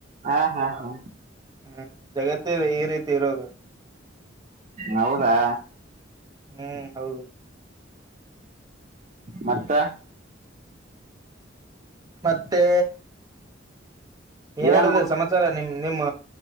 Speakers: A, on the right (about 40°); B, on the right (about 20°).
A: ಆ ಹಾ ಹಾ
B: ಹ್ಮ ಜಗತ್ತೇ ಇದೆ ಈ ರೀತಿ ಇರೋದು
A: ಹೌದಾ
B: ಹ್ಮ್ ಹೌದು
A: ಮತ್ತ
B: ಮತ್ತೆ ಏನಡದ
A: ಏನ್
B: ಸಮಾಚಾರ ನಿಮ್ ನಿಮ್ಮ